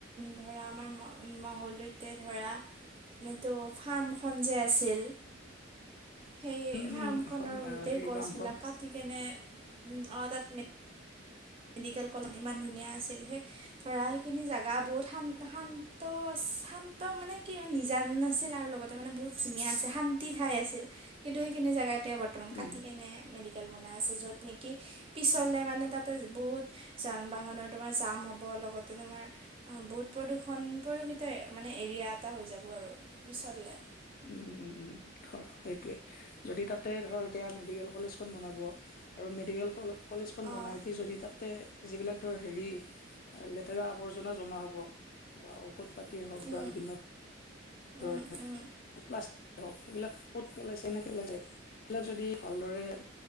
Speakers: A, on the right; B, on the left.
A: ধৰা আমাৰ মংগলদৈতে ধৰা এইটো ফাৰ্মখন যে আছিল। সেই
B: উম
A: ফাৰ্মখনৰ
B: উম এখন
A: গোটেই
B: হেৰি
A: গছবিলাক
B: পামখন
A: কাটি কেনে অ তাত মেডিকেল কলনীত ইমান ধুনীয়া আছিল সেই ধৰা সেইখিনি জাগা বহুত শান্ত শান্ত মানে কি নিজান আছিল আৰু লগ তে তাৰমানে বহুত ধুনীয়া আছে শান্তি ঠাই আছিল কিন্তু সেইখিনি জেগা এতিয়া বৰ্তমান বৰ্তমান
B: উম
A: কাটি কেনে মেডিকেল বনাই আছে যত নেকি পিছলে মানে তাত তে বহুত যান বাহনৰ তোমাৰ জাম হ'ব লগতে তোমাৰ বহুত প্ৰদূষণ প্ৰদূষিত মানে এৰিয়া এটা হৈ যাব আৰু পিচৰলে
B: উম উম উম ধৰ সেইটোৱে যদি তাতে ধৰ এতিয়া মেডিকেল কলেজখন বনাব আৰু মেডিকেল কলেজখন
A: অঁ
B: বনাই উঠি যদি তাত যিবিলাক ধৰ হেৰি লেতেৰা আৱৰ্জনা জমা হ'ব বা ঔষধ ঔষধ পাতিয়ে হওঁক
A: উম
B: বা বিভিন্ন
A: উম
B: ধৰ
A: উম
B: প্লাষ্টিক হওঁ সেইবিলাক ক'ত পেলাইছে নে পেলাইছে সেইয়া যদি ভালদৰে